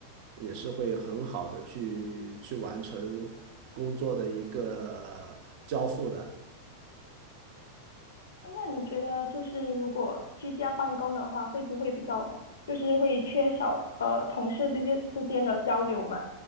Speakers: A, on the right; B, on the left.
A: 也是会很好的去去完成工作的一个交付的。
B: 哎，那你觉得就是如果居家办公的话，会不会比较就是会缺少和同事之间之间的交流嘛？